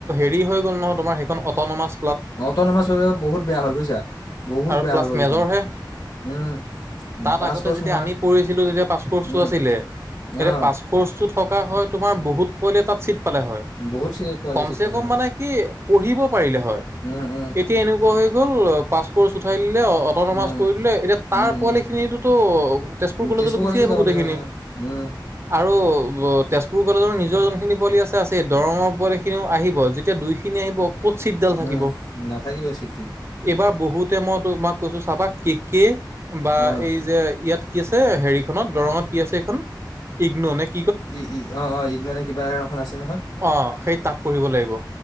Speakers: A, on the right; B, on the left.
A: ফ্ৰী হৈ গ'ল নহয় তোমাৰ সখন অ'ন'মছ
B: অ, অটনমাৰ চল বহুত বেয়া হ'ল বুজিছা বহুত
A: আৰু
B: বেয়া
A: প্লাছ
B: হৈ গেইখন,
A: মেজৰহে
B: উম।
A: তাত
B: পাছ
A: আগতে
B: কৰ্চ
A: যেতিয়া
B: নোৱাৰা।
A: আমি পঢ়িছিলো। তেতিয়া পাছপৰ্চটো
B: উম,
A: আছিলে। এতিয়া
B: অ',
A: পাছ কৰ্চটো থকা হয়। তোমাৰ বহুত পোৱলে তাত ছিট পালে হয়।
B: বহুত চি পোৱালি
A: কম
B: চিট
A: চে
B: পোৱালি
A: কম
B: হয়।
A: মানে কি পঢ়িব পাৰিলে হয়।
B: উম, উম,
A: এতিয়া এনেকুৱা হৈ গল পাছ কৰ্ছ উঠাই দিলে অটনমাজ
B: উম,
A: কৰি দিলে এতিয়া তাৰ
B: উম,
A: পোৱালি
B: উম,
A: খিনি তেজপুৰ
B: উম,
A: কলে গু
B: কলেজো
A: আহ
B: যাব লগা
A: গিনি
B: অ', উম,
A: আৰু তেজপুৰ কলেজৰ নিজৰ যোনখিনি পোৱালি আছে-আছে দৰঙৰ পোৱালি খিনিও আহিব যেতিয়া দুইখিনি আহিব ক'ত চিতডাল থাকিব
B: উম, নাথাকিবই চিট টিত
A: এইবাৰ বহুত মই তোমাক কৈছো চাবা কে-কে বা
B: অ',
A: এই যে ইয়াত কি আছে। হেৰিখনত দৰঙত কি আছে এইখন ইগনো নেক্স
B: অ', অ', ইগ্ন <unintelligible> <unintelligible> আছে নহয়,
A: অ সেই তাত পঢ়িব লাগিব